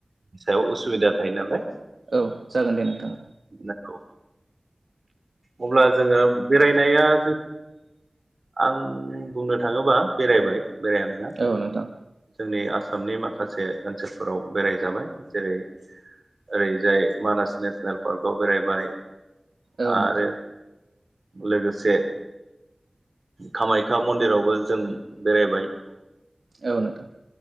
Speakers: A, on the right; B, on the right.
A: सायाव उसुबिदा थायो नालाय
B: औ जागोन दे नोंथां
A: नंगौ। अब्ला जोङो बेरायनाया जों आं बुंनो थाङोबा बेरायबाय बेराया नङा
B: औ नोंथां
A: जोंनि आसाम आसामनि माखासे ओनसोलफोराव बेरायजाबाय जेरै ओरैजाय मानास नेसनेल पार्कआव बेरायबाय
B: औ
A: आरो
B: नोंथां
A: लोगोसे कामाख्या मन्दिरावबो जों बेरायबाय
B: औ नोंथां